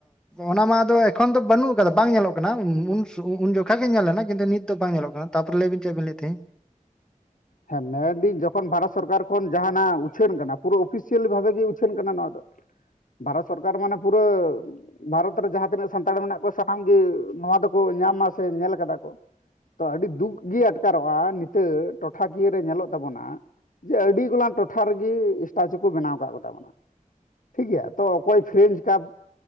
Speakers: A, in the centre; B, on the left.
A: ᱚᱱᱟ ᱢᱟ ᱟᱫᱚ ᱮᱠᱷᱚᱱ ᱫᱚ ᱵᱟᱹᱱᱩᱜ ᱠᱟᱫᱟ ᱵᱟᱝ ᱧᱮᱞᱚᱜ ᱠᱟᱱᱟ ᱩᱱ ᱥᱩ ᱩᱱ ᱡᱚᱠᱷᱟᱡ ᱜᱮ ᱧᱮᱞ ᱞᱮᱱᱟ ᱠᱤᱱᱛᱩ ᱱᱤᱛ ᱫᱚ ᱵᱟᱝ ᱧᱮᱞᱚᱜ ᱠᱟᱱᱟ ᱛᱟᱯᱚᱨᱮ ᱞᱟᱹᱭᱵᱤᱱ ᱪᱮᱜ ᱵᱤᱱ ᱞᱟᱹᱭᱮᱫ ᱛᱟᱦᱮ
B: ᱦᱮᱸ ᱢᱮᱱᱫᱤᱧ ᱡᱚᱠᱷᱚᱱ ᱵᱷᱟᱨᱚᱛ ᱥᱚᱨᱠᱟᱨ ᱠᱷᱚᱱ ᱡᱟᱦᱟᱱᱟᱜ ᱩᱪᱷᱟᱹᱱ ᱠᱟᱱᱟ ᱯᱩᱨᱟᱹ ᱚᱯᱷᱤᱥᱤᱭᱟᱞᱤ ᱵᱷᱟᱵᱮ ᱜᱮ ᱩᱪᱷᱟᱹᱱ ᱠᱟᱱᱟ ᱱᱚᱣᱟ ᱫᱚ ᱵᱷᱟᱨᱚᱛ ᱥᱚᱨᱠᱟᱨ ᱢᱟᱱᱮ ᱯᱩᱨᱟᱹ ᱵᱷᱟᱨᱚᱛ ᱨᱮ ᱡᱟᱦᱟᱸ ᱛᱤᱱᱟᱹᱜ ᱥᱟᱱᱛᱟᱲ ᱢᱮᱱᱟᱜ ᱠᱚᱣᱟ ᱥᱟᱱᱟᱢ ᱜᱮ ᱱᱚᱣᱟ ᱫᱚᱠᱚ ᱧᱟᱢᱟ ᱥᱮ ᱧᱮᱞ ᱠᱟᱫᱟ ᱠᱚ ᱛᱚ ᱟᱹᱰᱤ ᱫᱩᱠ ᱜᱤ ᱟᱴᱠᱟᱨᱚᱜᱼᱟ ᱱᱤᱛᱟᱹᱜ ᱴᱚᱴᱷᱟᱠᱤᱭᱟᱹ ᱨᱮ ᱧᱮᱞᱚᱜ ᱛᱟᱵᱚᱱᱟ ᱡᱮ ᱟᱹᱰᱤ ᱜᱚᱞᱟᱱ ᱴᱚᱴᱷᱟ ᱨᱮᱜᱮ ᱥᱴᱟᱪᱩ ᱠᱚ ᱵᱮᱱᱟᱣ ᱠᱟᱜ ᱠᱚ ᱛᱟᱵᱚᱱᱟ ᱴᱷᱤᱠᱜᱮᱭᱟ ᱛᱚ ᱚᱠᱚᱭ ᱯᱷᱨᱮᱧᱡᱽ ᱠᱟᱯ